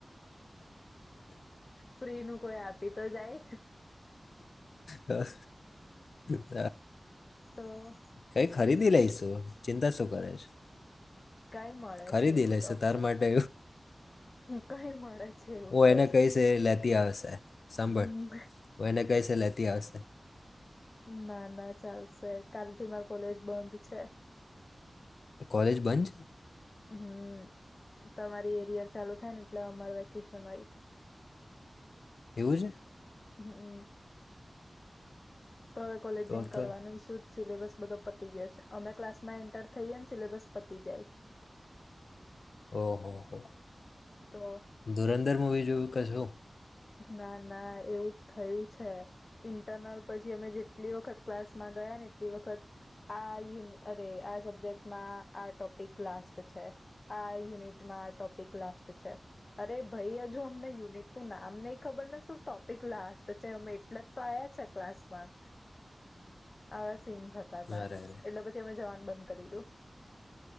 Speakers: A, on the left (about 45°); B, on the left (about 85°).
A: ફ્રી નું કોઈ આપી તો જાય.
B: હા <inaudible>
A: તો.
B: કઈ ખરીદી લઈશું, ચિંતા શું કરે છે.
A: કઈ મળે
B: ખરીદી
A: છે એવું
B: લેશે
A: તો
B: તાર માટે,
A: કઈ મળે છે એવું
B: હું
A: તો
B: એને કહીશ એ લેતી આવશે સાંભળ,
A: હમ
B: હું એને કહીશ એ લેતી ત્યાં આવસે.
A: ના ના ચાલશે કાલથી મારું કોલેજ બંધ છે.
B: કોલેજ બંધ છે?
A: હમ્મ તમારો એરીયા ચાલુ થાય એટલે અમારું વેકેશન હોય.
B: એવું છે?
A: હમ્મ. તો હવે કોલેજ
B: તો
A: જઈ ને કરવાનું
B: તો
A: ઈ શું? સિલેબસ બધો પતી ગયો છે અમે ક્લાસમાં એન્ટર થઈએ ને સિલેબસ પતી જાય.
B: ઓ હો હો.
A: તો
B: ધુરંધર મુવી જોયું કે શું?
A: ના ના એવું થયું છે. ઈન્ટરનલ પછી અમે જેટલી વખત ક્લાસમાં ગયા ને એટલી વખત આ યુન અરે આ સબ્જેક્ટમાં આ ટોપિક લાસ્ટ છે. આ યુનિમા આટોપી લાસ્ટ છે અરે ભાઈ હજુ અમને યુનિટનું નામ એમને ઈ ખબર ને શું ટોપિક લાસ્ટ છે અમે એટલે જ તો આયા છે ક્લાસમાં. આવા સીન થતા તા
B: અરે અરે
A: એટલે પછી અમે જવાનુ બંધ. કરદીધું.